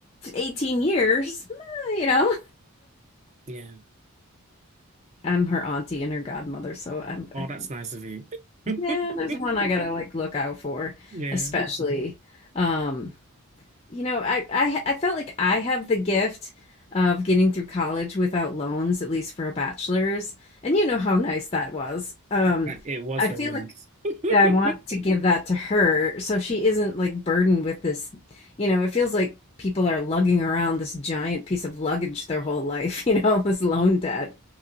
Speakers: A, on the left; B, on the right.
A: eighteen years, eh, you know,
B: yeah.
A: I'm her auntie and her godmother, so I'm,
B: Oh,
A: I,
B: that's nice of you.
A: yeah,
B: <laughs>
A: there's one I gotta like look out for,
B: Yeah.
A: <laughs> especially. Um, you know, I, I I felt like I have the gift of getting through college without loans, at least for a bachelor's. And you know how nice that was. Um,
B: It, it was
A: I
B: very
A: feel
B: nice.
A: like
B: <laughs>
A: I want to give that to her so she isn't like burdened with this, you know, it feels like people are lugging around this giant piece of luggage their whole life, <laughs> you know, this loan debt.